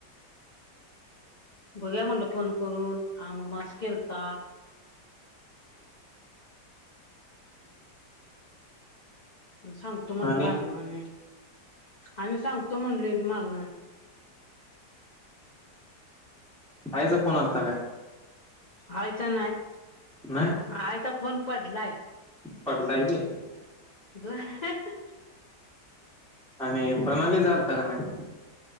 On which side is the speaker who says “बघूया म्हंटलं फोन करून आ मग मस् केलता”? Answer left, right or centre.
Left